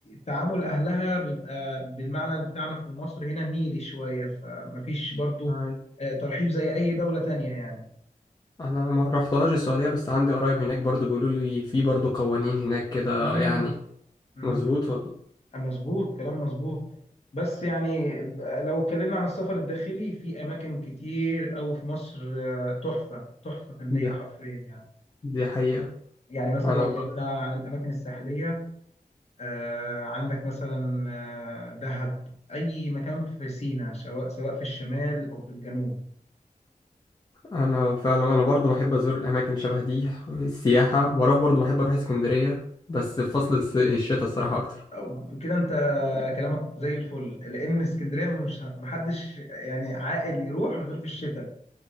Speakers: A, on the left (about 45°); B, on the left (about 25°).
A: تعامل اهلها بيبقى بالمعنى بتاعنا في مصر هنا ميري شويه فمفيش برضو
B: آه،
A: آه، ترحيب زي اي دوله تانية يعني
B: انا ما رحتهاش السعودية بس عندي قرايب هناك برضو بيقولوا لي في برضو قوانين هناك كده
A: امم
B: يعني
A: امم
B: مظبوط ولا
A: مظبوط كلام مظبوط بس يعني لو اتكلمنا عن السفر الداخلي في اماكن كتير قوي في مصر آه، تحفه تحفه فنيه
B: دي
A: حرفيا يعني
B: دي حقيقة
A: يعني مثلا
B: انا
A: لو اتكلمنا عن الاماكن الساحليه آه، عندك مثلا آه، دهب أي مكان في سيناء سواء سواء في الشمال أو في الجنوب
B: انا فعلا انا برضو بحب ازور الاماكن اللي شبه دي السياحة بروح برضو بحب اروح اسكندرية بس في
A: مم.
B: فصل الص- الشتاء الصراحة اكتر
A: أو- كده أنت كلامك زي الفل لأن اسكندرية مش محدش يعني عاقل يروح غير في الشتاء